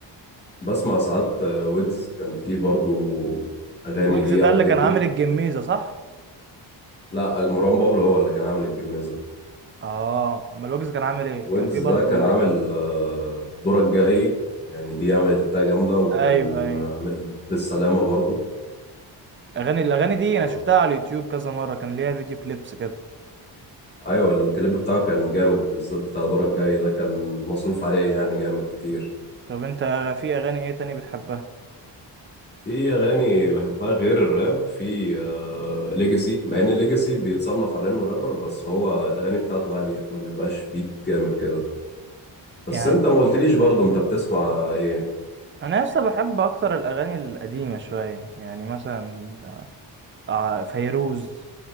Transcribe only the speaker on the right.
ويجز
ده
اللي كان عامل الجميزه صح
اه امال ويجز كان عامل ايه
كان في برضه
هناك
انا
ايوه ايوه
اغاني الاغاني دي
انا شفتها على اليوتيوب كذا مره كان ليها فيديو كليبس كده
طب انت في اغاني ايه تاني بتحبها
يعني
انا لسه بحب اكتر الاغاني القديمه شويه يعني مثلا آه، فيروز